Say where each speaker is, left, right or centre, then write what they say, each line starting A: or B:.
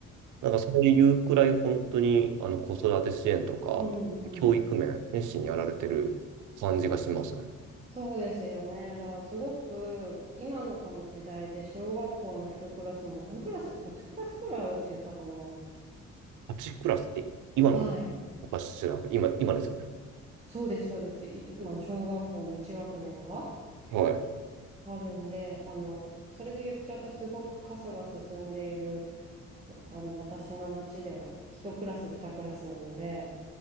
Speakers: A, on the right; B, on the right.
A: なんかそういうくらい本当にあの子育て支援とか、
B: うん、うん。
A: 教育面、熱心にやられてる感じがしますね。
B: そうですよね。だからすごく今のこの時代で小学校の一クラスも何クラス ?8 クラスぐらいあるって言ったかな。
A: 8クラスって今の
B: はい。
A: おかしら、今、今ですよね。
B: そうです、そうです。い今、小学校の1学年が
A: はい。
B: あるんで、あの、それで言っちゃうとすごく過疎が進んでいるあの、私の町では一クラス、二クラスなので、